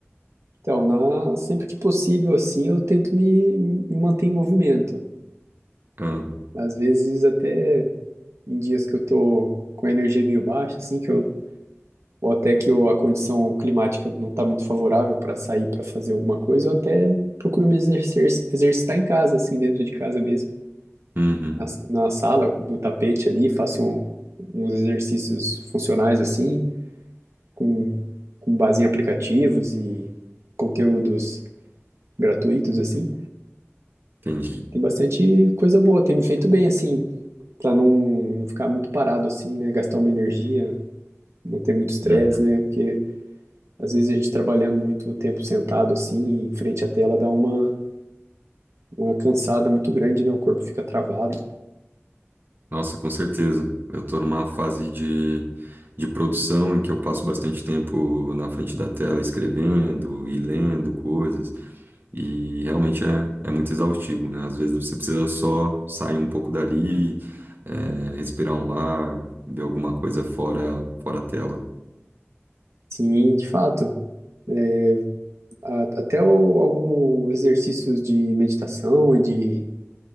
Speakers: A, on the right (about 80°); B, on the right (about 45°).
A: Então, na, sempre que possível, assim, eu tento me, me manter em movimento.
B: Ah,
A: Às vezes, até em dias que eu tô com a energia meio baixa, assim, que eu, ou até que eu, a condição climática não tá muito favorável para sair para fazer alguma coisa, eu até procuro me exercer, exercitar em casa, assim, dentro de casa mesmo.
B: uhum,
A: Na, na sala, do tapete ali, faço um- uns exercícios funcionais, assim, com, com base em aplicativos e conteúdos gratuitos, assim.
B: entendi.
A: Tem bastante coisa boa, tem me feito bem, assim, pra não, não ficar muito parado, assim, né? Gastar uma energia, não ter muito estresse,
B: Uhum.
A: né? Porque às vezes a gente trabalhando muito tempo sentado, assim, em frente à tela, dá uma, uma cansada muito grande, né? O corpo fica travado.
B: Nossa, com certeza. Eu estou numa fase de, de produção em que eu passo bastante tempo na frente da tela escrevendo e lendo coisas. E realmente é, é muito exaustivo, né? Às vezes você precisa só sair um pouco dali, é, respirar um ar, ver alguma coisa fora, fora a tela.
A: Sim, de fato. né, A- Até o- alguns exercícios de meditação e de